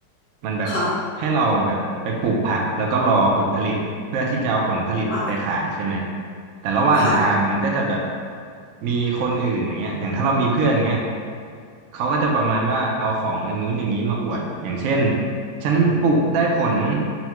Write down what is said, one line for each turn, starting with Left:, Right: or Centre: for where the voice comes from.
Right: มันแบบให้เราแบบไปปลูกผักแล้วก็รอผลผลิต
Left: ค่ะ
Right: เพื่อที่จะเอาผลผลิตไปขายใช่ไหม
Left: ค่ะ
Right: แต่ระหว่างทางมันก็จะแบบ
Left: ค่ะ
Right: มีคนอื่นอย่างเงี้ยอย่างถ้าเรามีเพื่อนเงี้ยเขาก็จะประมาณว่าเอาของอย่างนู้นอย่างนี้มาอวด อย่างเช่นฉันปลูกได้ผล